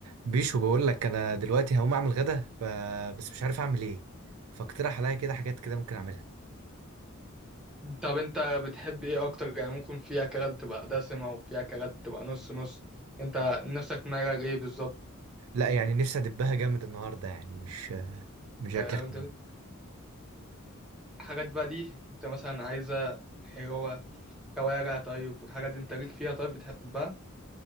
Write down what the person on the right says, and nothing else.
بيشو بقول لك انا دلوقتي هقوم اعمل غدا ف... بس مش عارف اعمل ايه فاقترح عليا كده حاجات كده ممكن اعملها
لا يعني نفسي ادبها جامد النهارده يعني مش مش
اكل
خفيف.